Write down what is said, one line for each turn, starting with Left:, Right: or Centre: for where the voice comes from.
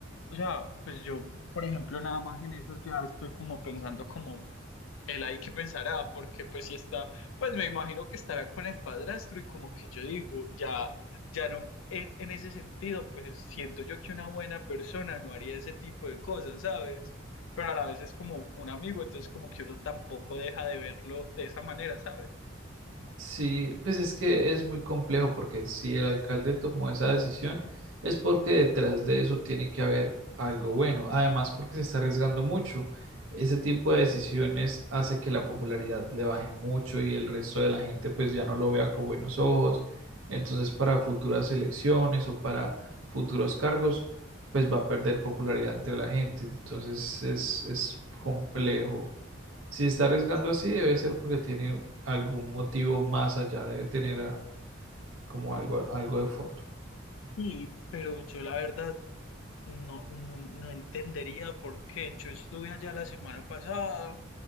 Left: o sea, pues yo, por ejemplo, nada más en eso ya estoy como pensando como Él ahí que pensará, porque pues si está, pues me imagino que estará con el padrastro y como que yo digo, ya, ya no, en, en ese sentido, pues siento yo que una buena persona no haría ese tipo de cosas, ¿sabes? Pero a la vez es como un amigo, entonces como que uno tampoco deja de verlo de esa manera, ¿sabes?
Right: Sí, pues es que es muy complejo porque si el alcalde tomó esa decisión es porque detrás de eso tiene que haber algo bueno. Además, porque se está arriesgando mucho. Ese tipo de decisiones hace que la popularidad le baje mucho y el resto de la gente pues ya no lo vea con buenos ojos. Entonces, para futuras elecciones o para futuros cargos, pues va a perder popularidad entre la gente. Entonces, es, es complejo. Si está arriesgando así, debe ser porque tiene algún motivo más allá, debe tener ah, como algo, algo de fondo.
Left: Y, pero yo la verdad no, no, no entendería por qué. Yo estuve allá la semana pasada.